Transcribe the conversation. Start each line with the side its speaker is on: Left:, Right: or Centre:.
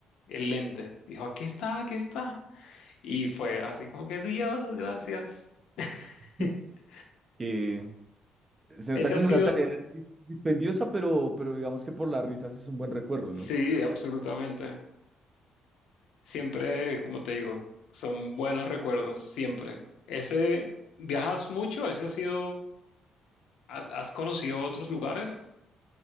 Left: el lente, dijo, aquí está, aquí está. Y fue así como que, Dios, gracias.
Right: <laughs>
Left: <laughs>
Right: Que se
Left: Ese
Right: nota como
Left: ha sido,
Right: una tarea dis- dispendiosa, pero, pero digamos que por las risas es un buen recuerdo,
Left: sí,
Right: ¿no?
Left: absolutamente. Siempre, como te digo, son buenos recuerdos, siempre. Ese, ¿viajas mucho? Ese ha sido ¿Has, has conocido otros lugares?